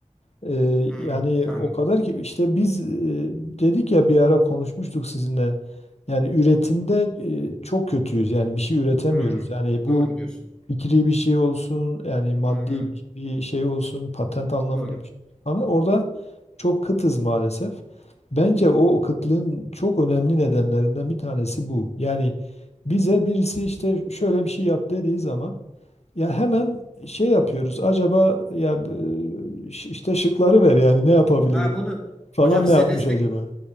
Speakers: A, on the left; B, in the centre.
A: Ee,
B: Hmm.
A: yani
B: Anladım.
A: o kadar ki işte biz e, dedik ya bir ara konuşmuştuk sizinle. Yani üretimde e, çok kötüyüz. Yani bir şey üretemiyoruz.
B: Hmm.
A: Yani bu
B: Doğru diyorsun.
A: fikri bir şey olsun, yani maddi
B: Hmm.
A: bir bir şey olsun, patent anlamında
B: Doğru.
A: bir şey falan. Orada çok kıtız maalesef. Bence o, o kıtlığın çok önemli nedenlerinden bir tanesi bu. Yani bize birisi işte şöyle bir şey yap dediği zaman ya hemen şey yapıyoruz. Acaba ya b- ş- işte şıkları ver yani ne yapabilirim
B: Ha, bunu
A: falan
B: hocam
A: ne
B: size
A: yapmış
B: destek
A: acaba?